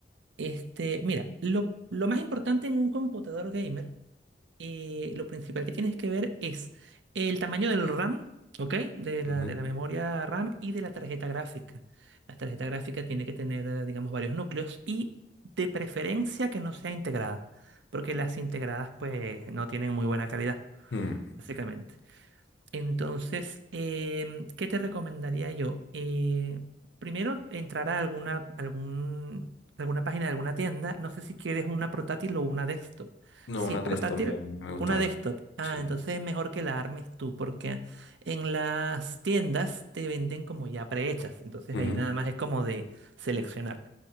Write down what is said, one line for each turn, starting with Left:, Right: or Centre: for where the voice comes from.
Right: Este, mira, lo, lo más importante en un computador gamer. eh, lo principal que tienes que ver es el tamaño del RAM, ¿ok? De la,
Left: Ujú.
Right: de la memoria RAM y de la tarjeta gráfica. La tarjeta gráfica tiene que tener, eh, digamos, varios núcleos y de preferencia que no sea integrada, porque las integradas pues no tienen muy buena calidad,
Left: Mm.
Right: básicamente. Entonces, em, ¿qué te recomendaría yo? Eh, primero, entrar a alguna, algún, alguna página de alguna tienda. No sé si quieres una portátil o una desktop.
Left: No,
Right: Si
Left: una
Right: es portátil,
Left: de estas me, me gusta
Right: una
Left: más.
Right: desktop. Ah,
Left: Sí.
Right: entonces es mejor que la armes tú, porque en las tiendas te venden como ya prehechas. Entonces
Left: Ujú.
Right: ahí nada más es como de seleccionar.